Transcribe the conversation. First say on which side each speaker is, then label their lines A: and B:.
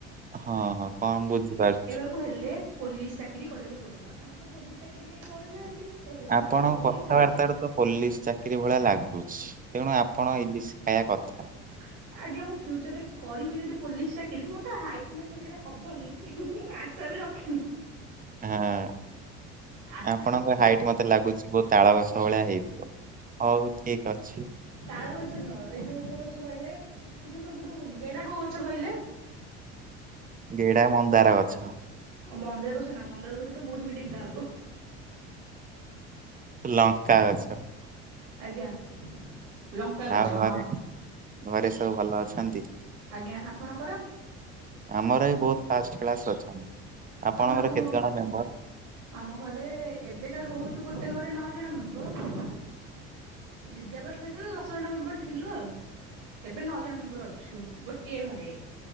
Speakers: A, on the right; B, on the right.
A: ହଁ ହଁ କଣ ବୁଝିପାରୁଛି।
B: କହିଲେ ପୋଲିସ ଚାକିରୀ କରିବାକୁ ପଡିବ ଆମର ତ ପୋଲିସ ଚାକିରି କେହି କରିନାହାନ୍ତି। ତ ସେଥିପାଇଁ
A: ଆପଣଙ୍କ
B: ଆମର କେହି
A: କଥାବାର୍ତାରୁ
B: ଖାଇବେନି
A: ତ ପୋଲିସ ଚାକିରୀ ଭଳିଆ ଲାଗୁଛି। ତେଣୁ ଆପଣ ଇଲିସି ଖାଇବା କଥା।
B: <inaudible> ଆଜ୍ଞା ମୁଁ ଫ୍ୟୁଚରରେ କରିବି ଯଦି ପୋଲିସ ଚାକିରି ମୋତ ତ ହାଇଟ୍ ନାହିଁ ଏକରେ ହବନି ହିଁ ହିଁ ମୁଁ ଆସ ଆଶା ବି ରଖିନି।
A: ଆଁ।
B: ଆଶା
A: ଆପଣଙ୍କ
B: ରଖିନି
A: ହାଇଟ୍ ମତେ ଲାଗୁଛି ବହୁତ ତାଳ ଗଛ ଭଳିଆ ହେଇଥିବ। ହଉ ଠିକ ଅଛି।
B: ତାଳ ଗଛ ନୁହଁ ଏଇ ଯୋଉ କୋଉ ଗଛ କହିଲେ, ଏଇ ଯୋଉ ସବୁଠୁ ଗେଡା କୋଉ ଗଛ କହିଲେ?
A: ଗେଡା ମନ୍ଦାର ଗଛ।
B: ମନ୍ଦାର ଗଛନା ମନ୍ଦାର ଗଛ ତ ମୋଠୁବି ଡେଙ୍ଗା ହବ।
A: ଲଙ୍କା ଗଛ।
B: ଆଜ୍ଞା। ଲଙ୍କା ଗଛ
A: ଆଉ ଘରେ।
B: ହଁ
A: ଘରେ ସବୁ ଭଲ ଅଛନ୍ତି?
B: ଆଜ୍ଞା ଆପଣଙ୍କର?
A: ଆମର ଏ ବହୁତ ଫାଷ୍ଟ କ୍ଲାସ ଅଛନ୍ତି। ଆପଣଙ୍କର
B: ଆପଣଙ୍କୁ
A: କେତେ ଜଣ ମେମ୍ବର?
B: ଆମ ଘରେ ଏବେକା ରହୁଛୁ ଗୋଟେ ଘରେ ନଅ ଜଣ ମେମ୍ବର ଜେଜେବାପା ଥିଲେ ଯେତେ ବେଳେ ଦଶ ଜଣ ମେମ୍ବର ଥିଲୁ ଆଉ। ଏବେ ନଅ ଜଣ ମେମ୍ବର ଅଛୁ ଗୋଟିଏ ଘରେ